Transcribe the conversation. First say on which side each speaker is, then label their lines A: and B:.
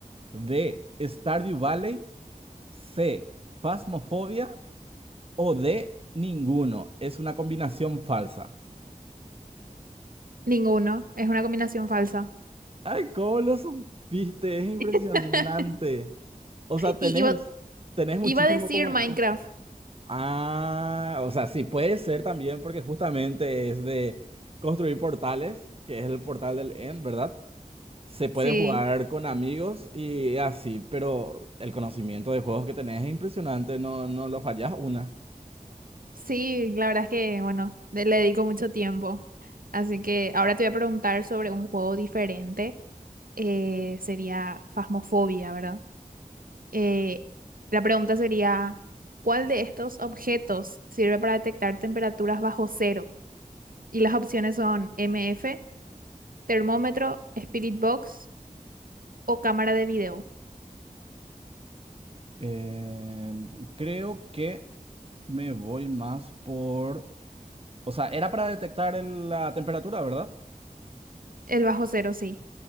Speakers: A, on the right (about 40°); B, on the right (about 80°).
A: B, Stardew Valley, C, Phasmophobia o D, ninguno. Es una combinación falsa.
B: Ninguno, es una combinación falsa.
A: Ay, ¿cómo lo supiste? Es impresionante.
B: <laughs>
A: O sea, tenés,
B: Y iba,
A: tenés muchísimo
B: iba a decir
A: como...
B: Minecraft.
A: como- Ah, o sea, sí, puede ser también porque justamente es de construir portales, que es el portal del End, ¿verdad? Se puede
B: Sí,
A: jugar con amigos y así, pero el conocimiento de juegos que tenés es impresionante, no, no lo fallás una.
B: sí, la verdad es que, bueno, de- le dedico mucho tiempo. Así que ahora te voy a preguntar sobre un juego diferente. Eh, sería Phasmophobia, ¿verdad? Eh, la pregunta sería, ¿cuál de estos objetos sirve para detectar temperaturas bajo cero? Y las opciones son m f termómetro, Spirit Box o cámara de video.
A: Eh, creo que me voy más por... O sea, era para detectar el- la temperatura, ¿verdad?
B: El bajo cero, sí.